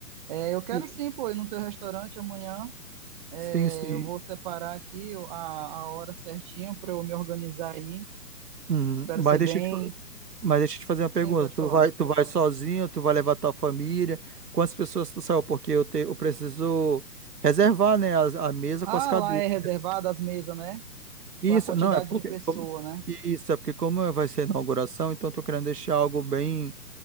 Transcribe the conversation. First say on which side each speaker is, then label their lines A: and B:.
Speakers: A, on the right; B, on the right.
A: É, eu quero
B: Sim,
A: sim, pô, ir no teu restaurante amanhã. É,
B: sim. sim.
A: eu vou separar aqui a, a hora certinha para eu me organizar aí
B: Uhum.
A: Espero
B: Mas
A: ser
B: deixa
A: bem.
B: eu te, fa- mas deixa eu te fazer uma pergunta.
A: Sim, pode
B: Tu
A: falar.
B: vai, tu vai sozinho? Tu vai levar tua família? Quantas pessoas tu saiu? Porque eu, te, eu preciso reservar, né, as- a mesa
A: Ah,
B: com as cadeiras.
A: lá é reservada as mesas, né?
B: Isso,
A: A quantidade
B: não, é porque
A: de pessoa,
B: como-
A: né?
B: isso é porque como vai ser a inauguração, então eu tô querendo deixar algo bem